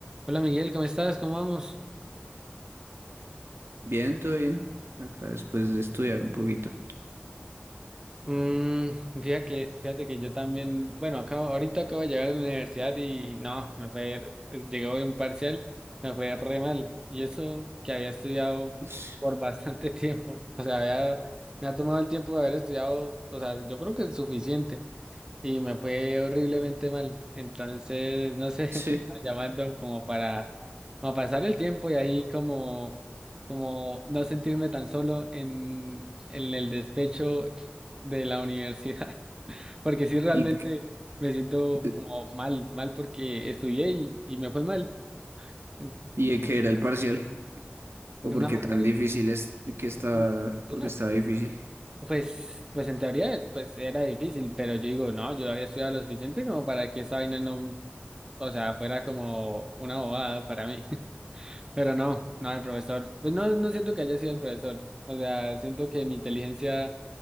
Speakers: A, on the right (about 20°); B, on the right (about 85°).
A: Hola Miguel, ¿cómo estás? ¿Cómo vamos?
B: Bien, todo bien. Acá después de estudiar un poquito.
A: Mm, fíjate que, fíjate que yo también, bueno, acabo, ahorita acabo de llegar a la universidad y no, me fue, llegó un parcial, me fue re mal. Y eso que había estudiado
B: <laughs>
A: por bastante <laughs> tiempo, o sea, había- me ha tomado el tiempo de haber estudiado, o sea, yo creo que es suficiente y me fue horriblemente mal. Entonces, no sé, <laughs>
B: Sí.
A: te estaba llamando como para, como pasar el tiempo y ahí como, como no sentirme tan solo en, en el despecho de la universidad, <laughs> porque sí realmente
B: ¿Y, qué-
A: me siento
B: de-
A: como mal, mal porque estudié y, y me fue mal en,
B: y de qué era el parcial? ¿O
A: en
B: porque
A: una materia,
B: tan difícil es que está,
A: yo
B: porque
A: no
B: está
A: sé,
B: difícil?
A: pues, pues en teoría pues era difícil, pero yo digo, no, yo había estudiado lo suficiente como para que esa vaina no, o sea, fuera como una bobada para mí, <laughs> pero no, no, el profesor, pues no, no siento que haya sido el profesor, o sea, siento que mi inteligencia